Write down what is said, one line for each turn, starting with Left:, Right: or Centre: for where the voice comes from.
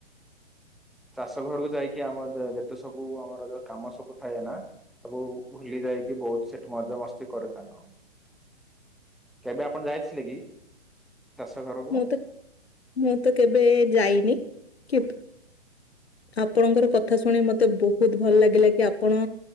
Centre: ଚାଷ ଘରକୁ ଯାଇକି ଆମର ଯେତେ ସବୁ ଆମର କାମ ସବୁ ଥାଏ ନା ସବୁ ଭୁଲି ଯାଇକି ବହୁତ ସେଠି ମଜା ମସ୍ତି କରୁ ସାଙ୍ଗ କେବେ ଆପଣ ଯାଇଥିଲେ କି? ଚାଷ ଘରକୁ
Left: ମୁଁ ତ ମୁଁ ତ କେବେ ଯାଇନି କି ଆପଣଙ୍କର କଥା ଶୁଣି ମତେ ବହୁତ ଭଲ ଲାଗିଲା କି ଆପଣ